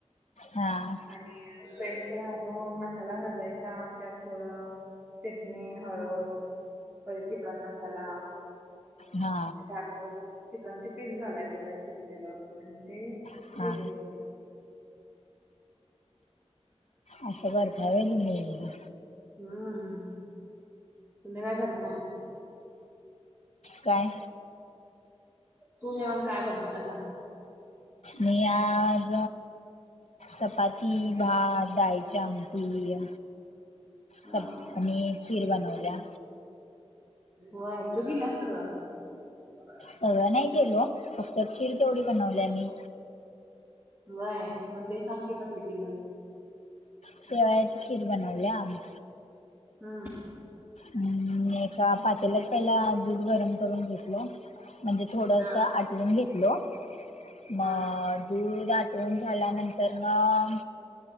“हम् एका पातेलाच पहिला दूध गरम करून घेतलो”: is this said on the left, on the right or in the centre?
Left